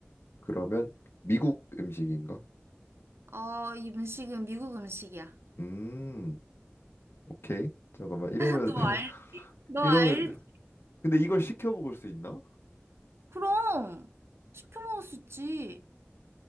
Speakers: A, on the left; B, on the right.
A: 그러면 미국 음식인가?
B: 어, 이 음식은 미국 음식이야.
A: 음, 오케이. 잠깐만 이러면
B: <laughs> 너
A: <laughs>
B: 알지? 너
A: 이러면
B: 알지?
A: 근데 이걸 시켜 먹을 수 있나?
B: 그럼 시켜 먹을 수 있지.